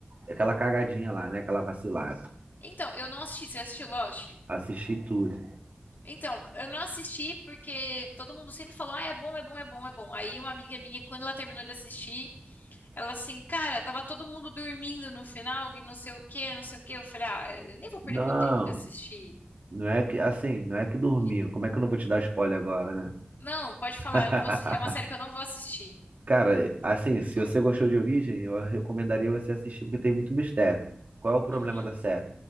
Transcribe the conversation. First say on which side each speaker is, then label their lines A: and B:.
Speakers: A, on the right; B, on the left.
A: aquela cagadinha lá, né? Aquela vacilada.
B: Então, eu não assisti. Você assistiu Lost?
A: Assisti tudo.
B: Então, eu não assisti porque todo mundo sempre falou, ah, é bom, é bom, é bom, é bom. Aí uma amiga minha, quando ela terminou de assistir, ela assim, cara, tava todo mundo dormindo no final, que não sei o quê, não sei o quê. Eu falei, ah, eu nem vou perder
A: Não,
B: meu tempo de assistir.
A: Não é que, assim, não é que dormindo.
B: Que-
A: Como é que eu não vou te dar spoiler agora, né?
B: Não, pode
A: <laughs>
B: falar, eu não vou assistir. É uma série que eu não vou assistir.
A: Cara, assim, se você gostou de Origem, eu recomendaria você assistir, porque tem muito mistério. Qual é o problema
B: Uhum.
A: da série?